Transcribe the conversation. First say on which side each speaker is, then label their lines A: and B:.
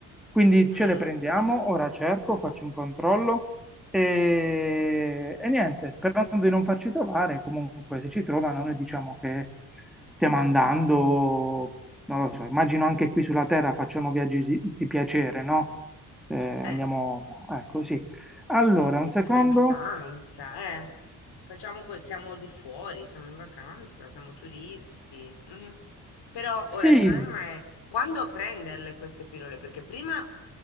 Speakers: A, in the centre; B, on the left (about 60°).
A: Quindi
B: mhm.
A: ce le prendiamo, ora cerco, faccio un controllo. E, e niente, sperando di non farci trovare, comunque se ci trovano noi diciamo che stiamo andando, non lo so, immagino anche qui sulla Terra facciamo viaggi si- di piacere, no? Eh, andiamo,
B: Eh.
A: ecco, sì. Allora,
B: Boh,
A: un secondo.
B: siamo in vacanza, eh. Facciamo que- siamo di fuori, siamo in vacanza, siamo turisti. mm. Però
A: Sì,
B: ora il problema è quando prenderle queste pillole, perché prima,